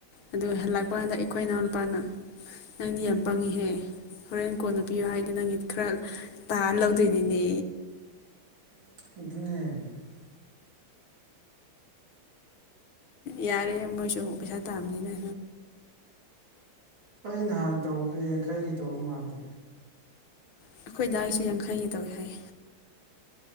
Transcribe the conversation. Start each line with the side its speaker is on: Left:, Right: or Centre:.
Left: ꯑꯗꯨꯒ ꯍꯜꯂꯛꯄ ꯀꯥꯟꯗ ꯑꯩꯈꯣꯏ ꯏꯅꯥꯎ ꯅꯨꯄꯥꯅ ꯅꯪꯗꯤ ꯌꯥꯝ ꯄꯪꯉꯤꯍꯦ ꯍꯣꯔꯦꯟ ꯀꯣꯟꯅ ꯄꯤꯌꯨ ꯍꯥꯏꯗ ꯅꯪꯒꯤ ꯈꯔ ꯇꯥꯔ ꯂꯧꯗꯣꯏꯅꯤꯅꯦ
Right: ꯏꯗꯤꯅꯦ
Left: ꯌꯥꯔꯦ ꯃꯣꯏꯁꯨ ꯄꯩꯁꯥ ꯇꯥꯕꯅꯤꯅ
Right: ꯑꯩ ꯅꯍꯥꯟ ꯇꯧꯕꯗꯨ ꯌꯥꯡꯈꯩꯒꯤ ꯇꯧꯕ ꯃꯥꯟꯗꯦ
Left: ꯑꯩꯈꯣꯏ ꯗꯥꯏꯒꯤꯁꯨ ꯌꯥꯡꯈꯩꯒꯤ ꯇꯧꯏꯤ ꯍꯥꯏ